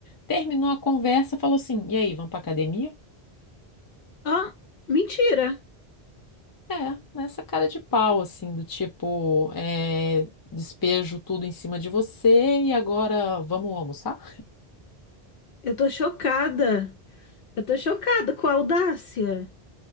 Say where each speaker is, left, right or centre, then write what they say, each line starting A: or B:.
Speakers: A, on the left (about 25°); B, on the left (about 65°).
A: Terminou a conversa, falou assim: e aí, vamos para academia?
B: Ó, mentira.
A: É, nessa cara de pau, assim, do tipo, eh, despejo tudo em cima de você e agora vamos almoçar?
B: Eu tô chocada. Eu tô chocada com a audácia.